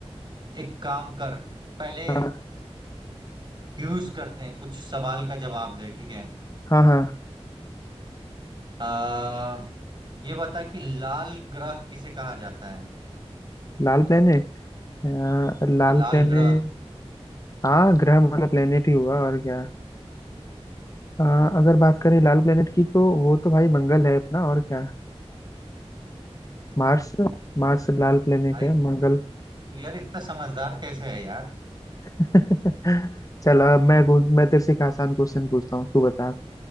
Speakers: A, on the right; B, on the left.
A: एक काम कर पहले
B: हाँ
A: क्यूज करते हैं कुछ सवाल का जवाब दे ठीक है
B: हाँ हाँ
A: आ, ये बता कि लाल ग्रह किसे कहा जाता है
B: लाल प्लेनेट लाल
A: लाल
B: प्लेनेट
A: ग्रह
B: हाँ ग्रह मतलब प्लेनेट ही हुआ और क्या अ, अगर बात करें लाल प्लेनेट की तो वो तो भाई मंगल है अपना और क्या मार्स मार्स लाल प्लेनेट
A: भाई
B: है
A: तू
B: मंगल
A: यार इतना समझदार कैसे है यार
B: <laughs> चल अब मैं गु- मैं तेरे से एक आसान क्वेश्चन पूछता हूँ तू बता